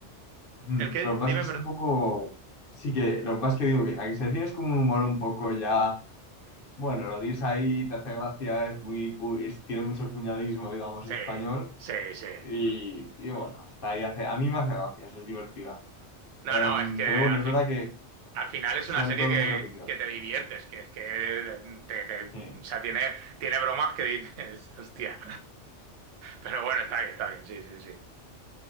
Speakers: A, on the left; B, on the right.
A: Mm,
B: el que...
A: Lo que pasa
B: Dime,
A: es que
B: pero...
A: es un poco. Sí que, lo que pasa es que digo que la que se decide es como un humor un poco ya. Bueno, lo dices ahí, te hace gracia, es muy, cu- es- tiene mucho cuñadismo, digamos,
B: Sí,
A: español.
B: sí, sí.
A: Y, y bueno, está ahí, hace, a mí me hace gracia, eso es divertida.
B: No,
A: Em,
B: no, es que
A: pero bueno,
B: al
A: es
B: fin,
A: verdad que
B: al final es
A: son
B: una serie
A: todos
B: que,
A: muy repetidos.
B: que te diviertes, que es que... eh, te- te-
A: Sí,
B: o sea, tiene, tiene bromas que dices, <laughs> hostia. Pero bueno,
A: sí,
B: está bien,
A: sí.
B: está
A: Sí,
B: bien, sí, sí, sí.